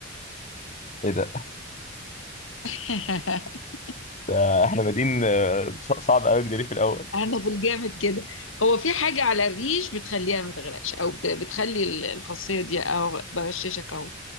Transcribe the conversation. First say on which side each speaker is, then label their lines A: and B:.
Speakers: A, on the left; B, on the left.
A: ايه ده <laughs>
B: <laughs>
A: ده احنا بادئين آه، ص- صعب قوي جدري في الاول
B: انا في الجامد كده هو في حاجه على الريش بتخليها ما تغرقش او بت- بتخلي ال- الخاصيه دي اهو بغششك اهو